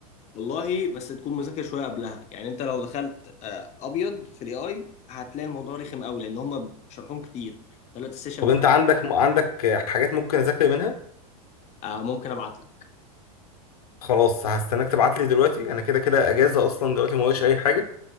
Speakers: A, on the left; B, on the left.
A: والله بس تكون مذاكر شويه قبلها يعني انت لو دخلت آه، ابيض في الاي اي هتلاقي الموضوع رخم قوي لان هم شرحهم كتير ثلاثة سيشنز
B: طب انت عندك عندك آه، حاجات ممكن اذاكر منها
A: آه ممكن ابعت لك
B: خلاص هستناك تبعت لي دلوقتي انا كده كده اجازه اصلا دلوقتي ما ورايش اي حاجه